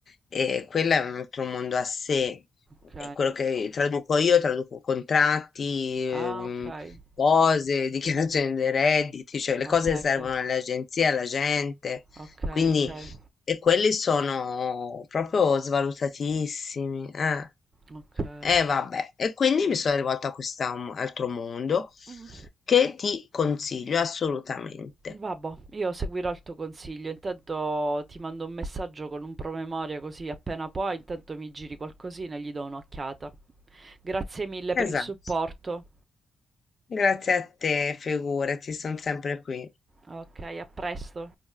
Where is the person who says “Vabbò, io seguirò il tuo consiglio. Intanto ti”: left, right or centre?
Right